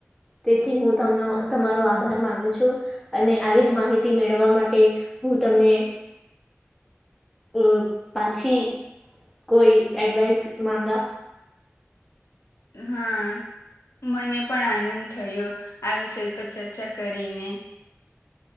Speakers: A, in the centre; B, on the left (about 85°).
A: તેથી હું તમને તમારો આભાર માનું છું. અને આવી જ માહિતી મેળવવા માટે હું તમને અ પાછી કોઈ એડવાઈસ માંગા
B: હા મને પણ આનંદ થયો. આ વિષય પર ચર્ચા કરીને.